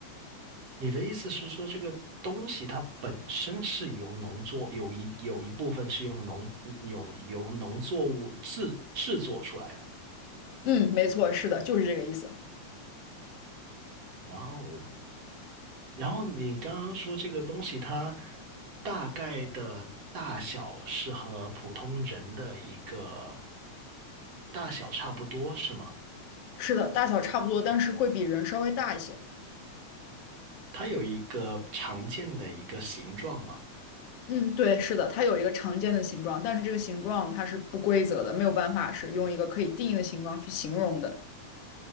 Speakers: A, on the right (about 55°); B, on the left (about 55°).
A: 你的意思是说，这个东西它本身是由农作，有一有一部分是用农用由农作物制制作出来的。
B: 嗯，没错，是的，就是这个意思。
A: 哇哦！然后你刚刚说这个东西它大概的大小是和普通人的一个大小差不多，是吗？
B: 是的，大小差不多，但是会比人稍微大一些。
A: 它有一个常见的一个形状吗？
B: 嗯，对，是的，它有一个常见的形状，但是这个形状它是不规则的，没有办法是用一个可以定义的形状去形容的。